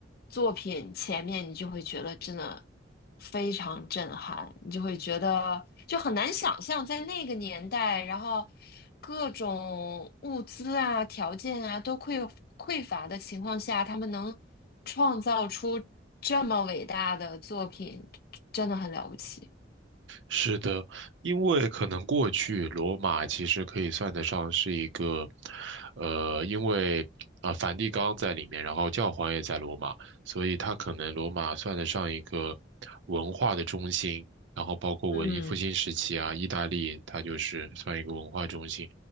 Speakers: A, on the left; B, on the right.
A: 作品前面，你就会觉得真的非常震撼，你就会觉得就很难想象在那个年代，然后各种物资啊、条件啊都匮匮乏的情况下，他们能创造出这么伟大的作品，真的很了不起。
B: 是的，因为可能过去罗马其实可以算得上是一个，呃，因为啊、梵蒂冈在里面，然后教皇也在罗马，所以它可能罗马算得上一个文化的中心，然后包括文艺复兴时期啊，
A: 嗯
B: 意大利它就是算一个文化中心。